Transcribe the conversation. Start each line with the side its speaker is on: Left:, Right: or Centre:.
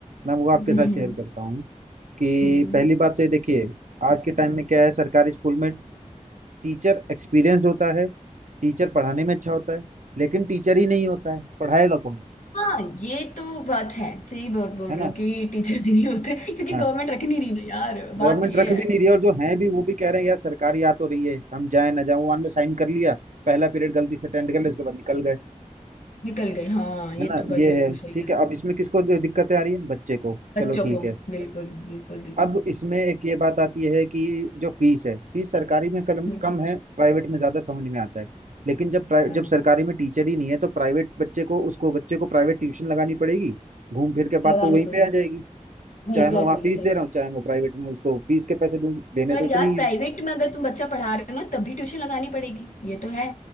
Right: मैं वो आपके
Left: हम्म
Right: साथ शेयर
Left: हम्म
Right: करता हूँ कि
Left: हम्म।
Right: पहली बात तो ये देखिए आज के टाइम में क्या है सरकारी स्कूल में टीचर एक्सपीरियंस्ड होता है टीचर पढ़ाने में अच्छा होता है लेकिन टीचर ही नहीं होता है पढ़ाएगा कौन
Left: हाँ ये तो बात है सही बात बोल
Right: है ना
Left: रहे हो कि टीचर्स ही नहीं होते क्योंकि
Right: हाँ
Left: गवर्नमेंट रखनी नहीं ना यार
Right: गवर्नमेंट
Left: बात ये
Right: रख भी
Left: है
Right: नहीं रही है और जो है भी वो भी कह रहे हैं यार सरकारी आ तो रही है हम जाए ना जाए वन में साइन कर लिया पहला पीरियड गलती से अटेंड कर लिया उसके बाद निकल गए
Left: निकल गए हाँ ये
Right: है ना
Left: तो बात
Right: ये
Left: बिल्कुल
Right: है
Left: सही
Right: ठीक
Left: कह
Right: है
Left: रहे हो
Right: अब
Left: तुम
Right: इसमें किसको दिक्कतें आ रही है बच्चे को
Left: बच्चों
Right: चलो ठीक
Left: को
Right: है
Left: बिल्कुल बिल्कुल बिल्कुल
Right: अब इसमें एक ये बात आती है कि जो फीस है फीस सरकारी में कम
Left: हम्म
Right: कम है प्राइवेट में ज़्यादा समझ में आता है लेकिन जब प्राइ-
Left: हाँ
Right: जब सरकारी में टीचर ही नहीं है तो प्राइवेट बच्चे को उसको बच्चे को प्राइवेट ट्यूशन लगानी पड़ेगी घूम फिर के
Left: लगानी
Right: बाद तो वहीं
Left: पड़ेगी
Right: पे आ जाएगी
Left: वहीं
Right: चाहे
Left: पे
Right: मैं वहाँ
Left: आ जाएगी
Right: फीस
Left: सही
Right: दे रहा
Left: बात
Right: हूँ चाहे मैं प्राइवेट में उसको फीस के पैसे दूं देने
Left: पर
Right: तो उतने
Left: यार
Right: ही है
Left: प्राइवेट में अगर तुम बच्चा पढ़ा रहे हो ना तब भी ट्यूशन लगानी पड़ेगी ये तो है